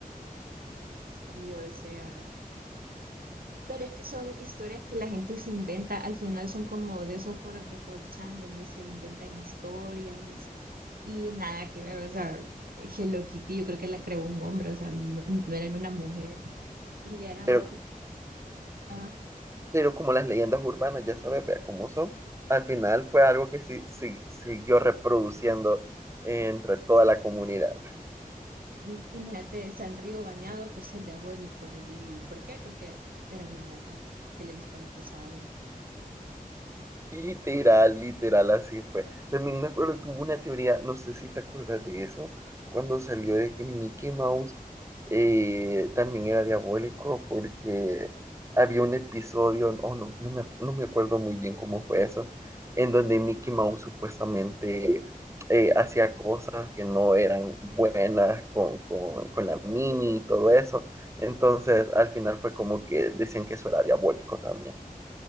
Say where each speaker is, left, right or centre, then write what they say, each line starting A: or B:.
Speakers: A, on the right (about 75°); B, on the right (about 20°).
A: sí, o sea, Pero es que son historias que la gente se inventa, al final son como de esos foros de 4chan donde se inventan historias y nada que ver, o sea, Hello Kitty yo creo que la creó un hombre, o sea, no, no era una mujer y era
B: Pero,
A: más que, ajá,
B: pero como las leyendas urbanas ya sabes vea cómo son, al final fue algo que sí, sí, siguió reproduciendo entre toda la comunidad.
A: imagínate, Sanrio baneado por ser diabólico, ¿y por qué? Porque era una gata que le gustaba el rosado.
B: Literal, literal, así fue. También me acuerdo que hubo una teoría, no sé si te acuerdas de eso, cuando salió de que Mickey Mouse eh, también era diabólico porque había un episodio, oh, no, no me, no me acuerdo muy bien cómo fue eso, en donde Mickey Mouse supuestamente eh, hacía cosas que no eran buenas con, con, con la Mini y todo eso. Entonces, al final fue como que decían que eso era diabólico también.